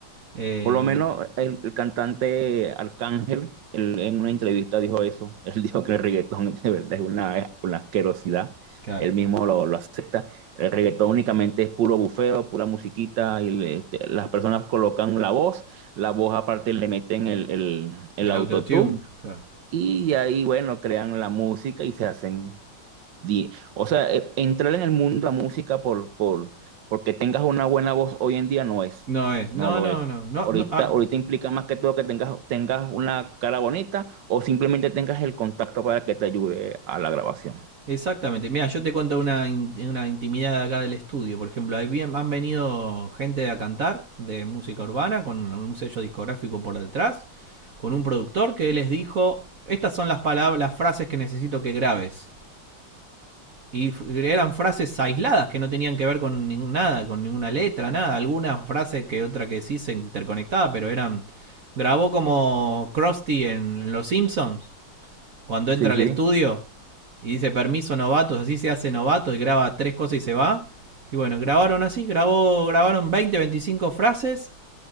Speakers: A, on the right; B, on the right.
A: Eh,
B: Por lo menos el, el cantante Arcángel, él en una entrevista dijo eso. <laughs> Él dijo que el reggaetón de verdad es una, una asquerosidad.
A: claro.
B: Él mismo lo, lo acepta. El reggaetón únicamente es puro bufeo, pura musiquita. Y le- te- las personas colocan la voz. La voz aparte le meten el, el, el
A: El
B: autotune.
A: autotune, claro.
B: Y ahí, bueno, crean la música y se hacen di- O sea, e- entrar en el mundo de la música por, por, porque tengas una buena voz hoy en día no es,
A: No es, no,
B: no lo
A: no,
B: es.
A: no, no,
B: Ahorita,
A: no, ah,
B: ahorita implica más que todo que tengas, tengas una cara bonita o simplemente tengas el contacto para que te ayude a la grabación.
A: Exactamente. Mira, yo te cuento una, in- una intimidad acá del estudio. Por ejemplo, ahí bien- han venido gente a cantar de música urbana con un sello discográfico por detrás, con un productor que les dijo, estas son las palabras, las frases que necesito que grabes. Y f- eran frases aisladas que no tenían que ver con ningún- nada, con ninguna letra, nada. Alguna frase que otra que sí se interconectaba, pero eran... Grabó como Krusty en Los Simpsons, cuando entra
B: Sí, sí.
A: al estudio y dice permiso novatos, así se hace novato y graba tres cosas y se va. Y bueno, grabaron así, grabó, grabaron 20 25 frases